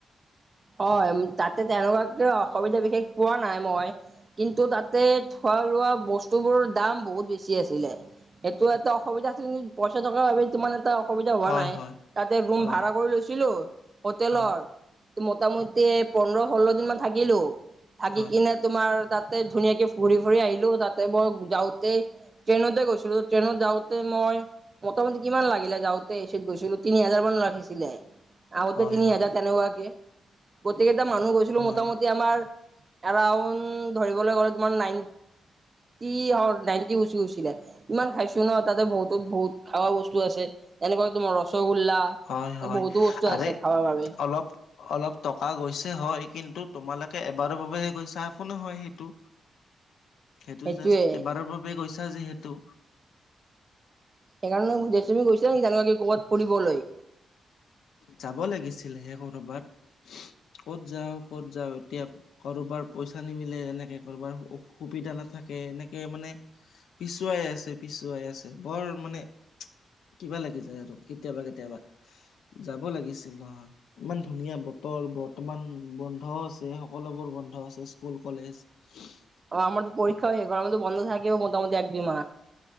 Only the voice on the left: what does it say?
হয়
হয়
হয়
হয়
হয়
হয়
হয়
হয়
হয় হয়,
আৰে
অলপ অলপ টকা গৈছে হয় কিন্তু তোমালোকে এবাৰৰ বাবেহে গৈছা একো নহয় সেইটো। এইটো
জাষ্ট এবাৰৰ বাবে গৈছা যিহেতু
যাব লাগিছিল হে কৰ'বাত ক'ত যাওঁ ক'ত যাওঁ এতিয়া কৰবাৰ পইচা নিমিলে এনেকে কৰবাৰ সুবিধা নাথাকে এনেকে মানে পিছুৱাই আছে পিছুৱাই আছে বৰ মানে কিবা লাগি যায় আৰু কেতিয়াবা কেতিয়াবা। যাব লাগিছিল নহয়। ইমান ধুনীয়া বতৰ বৰ্তমান বন্ধ আছে সকলোবোৰ বন্ধ আছে স্কুল কলেজ <unintelligible>